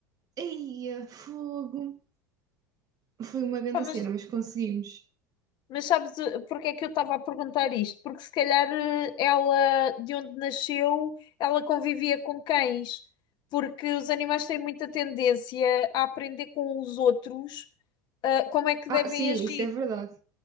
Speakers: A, on the right; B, on the left.
A: Eia, fogo! Foi uma grande
B: pá, mas
A: cena, mas conseguimos.
B: Mas sabes eh, porque é que eu estava a perguntar isto? Porque se calhar eh, ela, de onde nasceu, ela convivia com cães, porque os animais têm muita tendência a aprender com os outros, eh, como é que
A: Ah,
B: devem
A: sim,
B: agir.
A: isso é verdade.